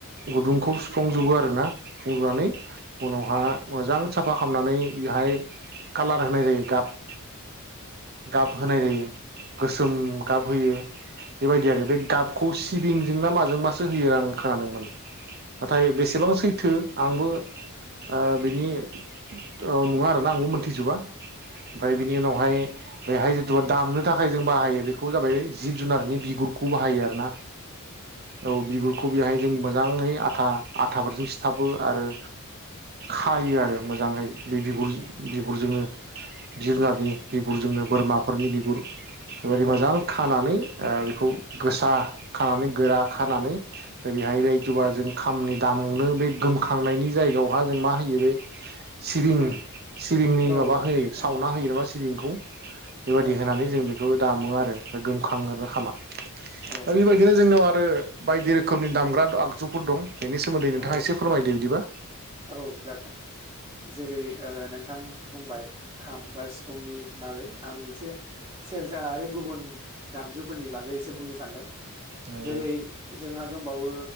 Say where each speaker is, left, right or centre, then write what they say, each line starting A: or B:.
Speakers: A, on the right (about 45°); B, on the right (about 20°).
A: गुदुंखौ सुफुंजोबो आरोना सुफुंजोबनानै उनावहा मोजां साफा खालामनानै बेहाय कालार होनाय जायो गाब। गाब होनाय जायो। गोसोम गाब होयो। <unintelligible> बेबायदि आरो बे गाबखौ टिभिंजों ना माजों मासो होयो आं खोनादोंमोन। नाथाय बेसेबां सैथो। आंबो। ओ बिनि। औ नङा आरोना आंबो मोनथिजोबा। ओमफाय बिनि उनावहाय बेहाय जिथुबा दामनो थाखाय जों बाहायो बेखौ जाबाय जिब जुनारनि बिगुरखौ बाहायो आरो ना औ बिगुरखौ बिहाय जों मोजाङै आथा आथाफोरजों सिथाबो आरो खायो आरो मोजाङै बे बिगुर बिगुरजोंनो जोंनारनि बिगुरजोंनो बोरमा खरनि बिगुर बिबादि
B: औ
A: मोजां खानानै ओ बेखौ गोसा खानानै गोरा खानानै ओरैहाय बेदिबा जों खामनि दामनो बे गोमखांनायनि जायगायावहा जों मा होयो बे सिबिं सिबिंनि
B: औ
A: माबा होयो सावना होयो नामा सिबिंखौ बेबादि
B: औ
A: होनानै जों बेखौ दामो आरो गोमखाङो आरोना खामा दा
B: औ
A: बेबायदिनो जोंनियाव आरो बायदि रोखोमनि दामग्रा आगजुफोर दं बेनि सोमोन्दै नोंथाङा
B: औ
A: एसे फोरमायदो बिदिबा <inaudible>
B: औ जागोन जेरै ओ नोंथां बुंबाय खाम बा सिफुंनि बागै आं एसे सेरजा आरो गुबुन दामजुफोरनि बागै एसे बुंनो सानदों
A: नंगौ
B: जेरै जोंहा दंबावो